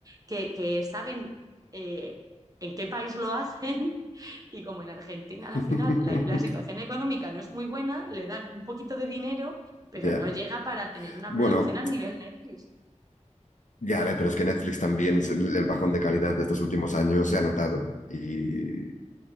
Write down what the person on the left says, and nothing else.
<laughs>
Ya.
Bueno,
ya, a ver, pero es que Netflix también, se- el bajón de calidad de estos últimos años se ha notado. Y,